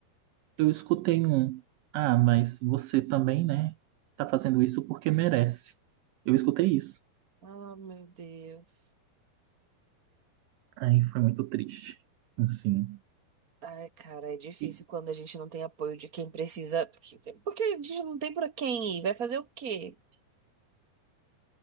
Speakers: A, on the right; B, on the right.
A: Eu escutei um, ah, mas você também, né? Tá fazendo isso porque merece. Eu escutei isso.
B: Ah, meu Deus.
A: Aí foi muito triste. Assim,
B: Ai, cara, é difícil
A: e
B: quando a gente não tem apoio de quem precisa. Porque porque a gente não tem pra quem ir. Vai fazer o quê?